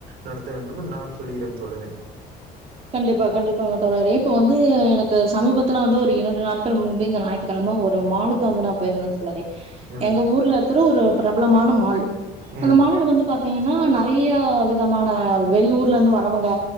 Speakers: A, on the right; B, on the right.
A: நடத்த வேண்டும் நான் சொல்லுகிறேன் தோழறே
B: <inaudible> கண்டிப்பா கண்டிப்பாங்க தோழரே இப்ப வந்து எனக்கு சமீபத்துல வந்து ஒரு இரண்டு நாட்கள் முன்பே இந்த ஞாயித்துக்கிழம ஒரு மாலுக்கு வந்து நா போயிருந்த தோழரே
A: ம்
B: எங்க ஊர்ல இருக்குற ஒரு பிரபலமான மால்
A: ம்
B: அந்த மால்ல வந்து பாத் த்தீங்கன்னா நறைய விதமான வெளியூர்ல இருந்து வரவங்க